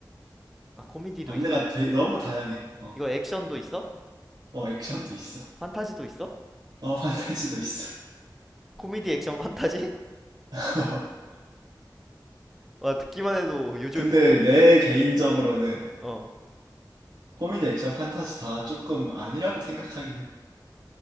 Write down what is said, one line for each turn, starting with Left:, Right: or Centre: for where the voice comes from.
Centre: 아, 코미디도
Right: 장르가
Centre: 있어?
Right: 되게 너무 다양해. 어,
Centre: 이거 액션도 있어?
Right: 어, 액션도 있어.
Centre: 판타지도 있어?
Right: 어, 판타지도 있어.
Centre: 코미디, 액션, 판타지?
Right: <laughs>
Centre: <laughs> 와, 듣기만 해도 요즘
Right: 근데
Centre: 복통인데?
Right: 내 개인적으로는
Centre: 어,
Right: 코미디, 액션, 판타지 다 조금 아니라고 생각하긴 해.